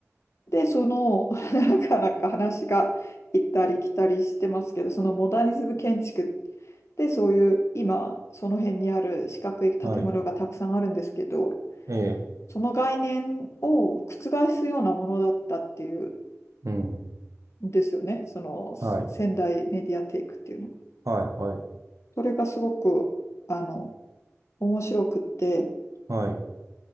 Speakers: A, on the left (about 65°); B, on the right (about 85°).
A: で、その、<laughs> なかなか話が行ったり来たりしてますけど、そのモダニズム建築で、そういう今、その辺にある四角い建物がたくさんあるんですけど、
B: はい、ええ、
A: その概念を覆すようなものだったっていう
B: うん、
A: んですよね、その仙台メディアテイクっていうのが。
B: はい、はい、はい、
A: それがすごく、あの、面白くって、
B: はい、